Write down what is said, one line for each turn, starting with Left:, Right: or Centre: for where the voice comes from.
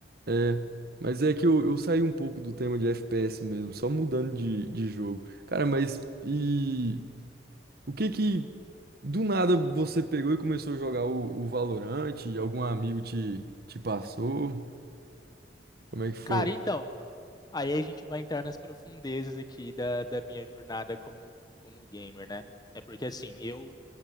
Right: É, mas é que eu, eu saí um pouco do tema de FPS mesmo, só mudando de, de jogo. Cara, mas e o que que do nada você pegou e começou a jogar o, o Valorant? Algum amigo te, te passou? Como é que foi?
Left: Cara, então, Aí a gente vai entrar nas profundezas aqui da, da minha jornada como, como gamer, né? É porque assim, eu